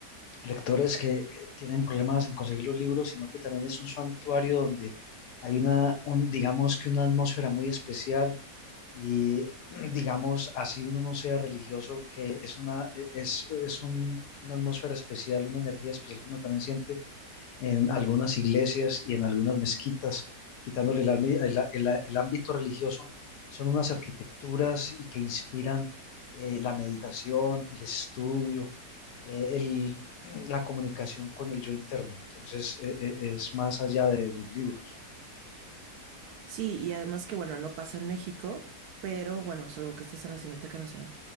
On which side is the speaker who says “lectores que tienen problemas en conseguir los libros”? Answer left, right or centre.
Left